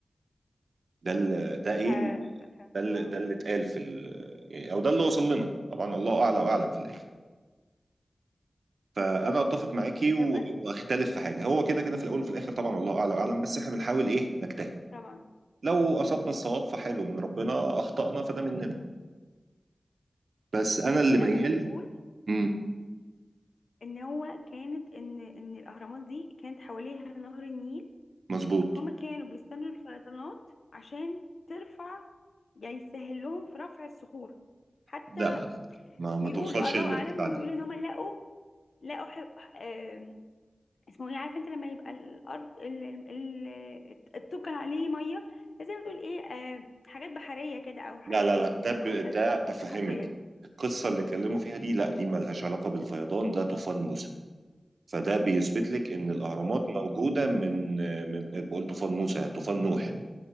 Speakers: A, on the right; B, on the left.
A: ده ال- ده ايه
B: ف
A: ال- ده ال-
B: آه.
A: ده اللي اتقال في ال- يعني او ده اللي وصل لنا طبعا الله اعلى واعلم في الاخر فانا اتفق معاكي و-
B: طب
A: واختلف في حاجه هو كده كده في الاول وفي الاخر طبعا الله اعلى واعلم بس احنا بنحاول ايه نجتهد
B: طبعا
A: لو اصبنا الصواب فحلو من ربنا اخطانا فده مننا بس انا اللي
B: وفي ناس
A: ميال
B: تانية بتقول
A: امم
B: ان هو كانت ان ان الاهرامات دي كانت حواليها نهر النيل
A: مظبوط
B: فهم كانوا بيستنوا الفيضانات عشان ترفع يعني يسهل لهم في رفع الصخور حتى
A: لا لا ما ما
B: بيقولوا
A: توصلش
B: الله
A: للارتفاع
B: اعلم ان هم
A: ده
B: بيقولوا ان هم لقوا لقوا ح... آم، اسمه ايه عارف انت لما يبقى الارض ال... ال... ال- الطوب كان عليه ميه فزي ما تقول ايه آم، حاجات بحريه كده او حاجات
A: لا لا لا
B: ن-
A: ده ب...
B: نقوشات
A: ده افهمك
B: حفريه
A: القصه اللي اتكلموا فيها دي لا دي ملهاش علاقه بالفيضان ده طوفان موسى فده بيثبت لك ان الاهرامات موجوده من من بقول طوفان موسى طوفان نوح